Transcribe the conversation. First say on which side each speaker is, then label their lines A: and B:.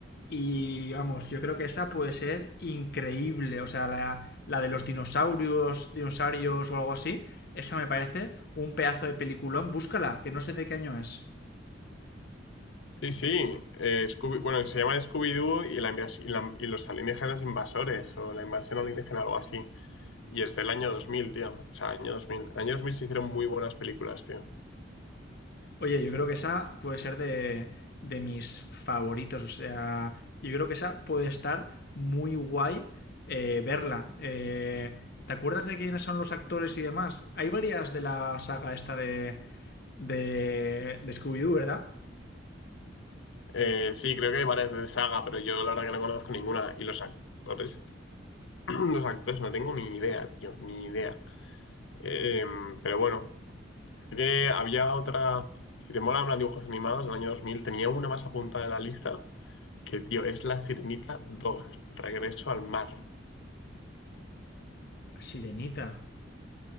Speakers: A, on the left (about 50°); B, on the left (about 70°).
A: y vamos, yo creo que esa puede ser increíble. O sea, la, la de los dinosaurios, dinosaurios o algo así, esa me parece un pedazo de peliculón. Búscala, que no sé de qué año es.
B: Sí, sí. eh, Scooby- bueno, se llama Scooby-Doo y, la invas- y la- y los alienígenas invasores o la invasión alienígena, algo así. Y es del año 2000 tío. O sea, año dos mil Año 2000 se hicieron muy buenas películas, tío.
A: Oye, yo creo que esa puede ser de, de mis favoritos. O sea, yo creo que esa puede estar muy guay eh, verla. Eh, ¿Te acuerdas de quiénes son los actores y demás? Hay varias de la saga esta de, de, de Scooby-Doo, ¿verdad?
B: Eh, sí, creo que hay varias de saga, pero yo la verdad que no conozco ninguna. Y los actores, <clears throat> los actores no tengo ni idea, tío, ni idea. Eh, pero bueno, sí que había otra. Si te molan los dibujos animados del año 2000 tenía una más apuntada en la lista que, tío, es La Sirenita dos Regreso al Mar.
A: Sirenita.